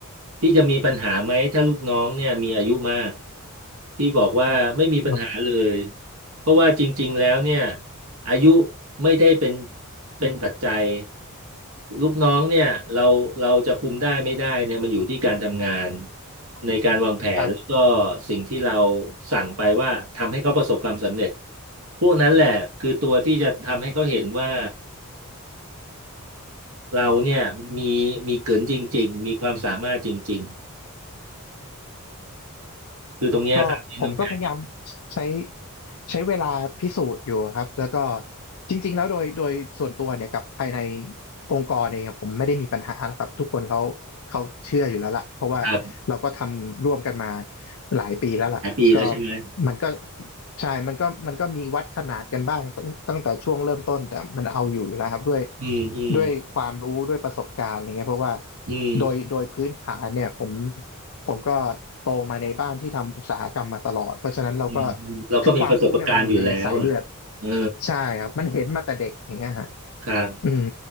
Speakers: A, on the right; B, on the left.
A: พี่จะมีปัญหาไหมถ้าลูกน้องเนี่ยมีอายุมากพี่บอกว่าไม่มีปัญหาเลย
B: ครับ
A: เพราะว่าจริงๆแล้วเนี่ยอายุไม่ได้เป็นเป็นปัจจัย ลูกน้องเนี่ยเราเราจะคุมได้ไม่ได้เนี่ยมันอยู่ที่การทำงานในการวางแผนแล้วก็
B: ครับ
A: สิ่งที่เราสั่งไปว่าทำให้เขาประสบความสำเร็จพวกนั้นแหละคือตัวที่จะทำให้เขาเห็นว่าเราเนี่ยมีมีเกินจริงๆมีความสามารถจริงๆคือตรงเนี้ยครับที่น้องแพรที่
B: ก็ผมก็พยายามใช้ใช้เวลาพิสูจน์อยู่ครับแล้วก็จริงๆแล้วโดยโดยส่วนตัวเนี่ยกับภายในองค์กรเองอะผมไม่ได้มีปัญหานะครับทุกคนเขาเขาเชื่ออยู่แล้วล่ะเพราะว่าเราก็ทำร่วมกันมา
A: ค
B: หลายปีแล้วล่ะก็
A: หลายปีแล้วใช่ไหม
B: มันก็ใช่มันก็มันก็มีวัดขนาดกันบ้างตั้งตั้งแต่ช่วงเริ่มต้นแต่มันเอาอยู่อยู่แล้วครับด้วย
A: อืมอืม
B: ด้วยความรู้ด้วยประสบการณ์อะไรเงี้ยเพราะว่า
A: อืม
B: โดยโดยพื้นฐานเนี่ยผม ผมก็โตมาในบ้านที่ทำอุตสาหกรรมมาตลอด เพราะฉะนั้นเราก็
A: อืมอืมเราก็มีประสบการณ์อยู่แล้วอ่ะ
B: คือความรู้เนี่ยมันอยู่ในสายเลือด
A: เออ
B: ใช่ครับมันเห็นมาแต่เด็กอย่างเงี้ยฮะ
A: ครับ
B: อืม